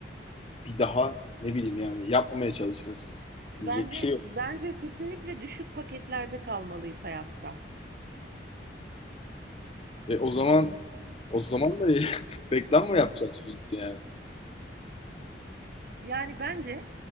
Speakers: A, on the left; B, on the right.
A: bir daha ne bileyim yani yapmamaya çalışırız.
B: Bence
A: Diyecek bir şey yok.
B: bence kesinlikle düşük paketlerde kalmalıyız hayatta.
A: E, o zaman
B: Ha-
A: o zaman da <laughs> reklam mı yapacağız sürekli yani?
B: yani bence